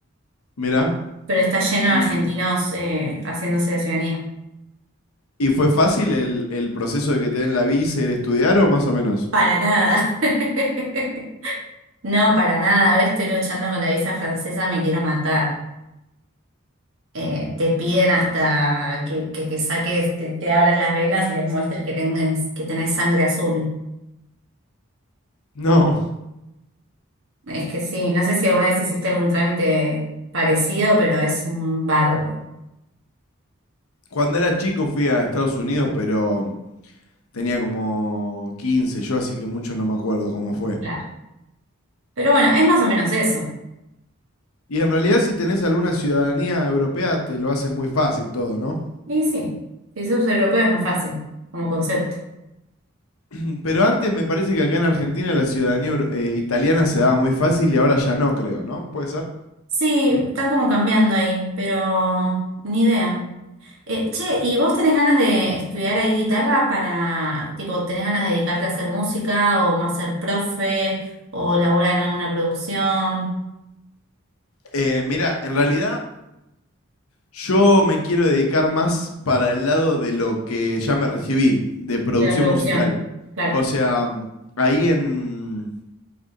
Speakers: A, on the left; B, on the right.
A: Mirá.
B: pero está lleno
A: ¿Y
B: de argentinos eh, haciéndose la ciudadanía.
A: ¿Y fue fácil el, el proceso de que te den la visa, y ir a estudiar o más o menos?
B: Para nada. <laughs> No, para nada, ahora estoy luchando con la visa francesa, me quiero matar. eh, te piden hasta que, que te saques, te, te abras las venas y les muestres que tenés, que tenés sangre azul.
A: No.
B: Es que sí, no sé si alguna vez hiciste algún trámite parecido, pero es un bardo.
A: Cuando era chico fui a Estados Unidos, pero tenía como 15 yo, así que mucho no me acuerdo cómo fue.
B: Claro. Pero bueno, es más o menos eso.
A: Y en realidad si tenés alguna ciudadanía europea te lo hace muy fácil todo, ¿no?
B: Y sí, si sos europeo es más fácil como concepto.
A: <clears throat> Pero antes me parece que acá en Argentina la ciudadanía eh, italiana se daba muy fácil y ahora ya no, creo, ¿no? ¿Puede ser?
B: Sí, están como cambiando ahí, pero ni idea. Eh, che, ¿y vos tenés ganas de estudiar ahí guitarra para, tipo, tenés ganas de dedicarte a hacer música o más ser profe o laburar en alguna producción?
A: Eh, mira, en realidad yo me quiero dedicar más para el lado de lo que ya me recibí, de producción
B: De la producción,
A: musical.
B: claro,
A: O sea, mm, ahí en.